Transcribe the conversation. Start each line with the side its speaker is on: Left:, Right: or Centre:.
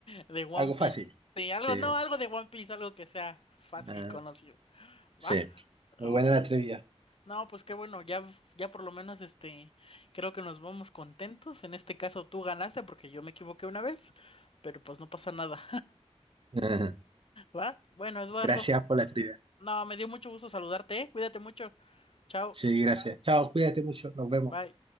Left: de One
Right: Algo
Left: Piece.
Right: fácil.
Left: Sí, algo,
Right: Sí.
Left: no, algo de One Piece, algo que sea fácil
Right: Ah,
Left: conocido,
Right: sí.
Left: ¿va? Órale.
Right: Muy buena la trivia.
Left: No, pues qué bueno, ya, ya por lo menos este, creo que nos vamos contentos. En este caso tú ganaste porque yo me equivoqué una vez, pero pues no pasa nada.
Right: <laughs>
Left: ¿Va? Bueno, Eduardo,
Right: Gracias por la trivia.
Left: no, me dio mucho gusto saludarte, ¿eh? Cuídate mucho. Chao.
Right: Sí, gracias. Chao, cuídate mucho. Nos vemos.
Left: Bye.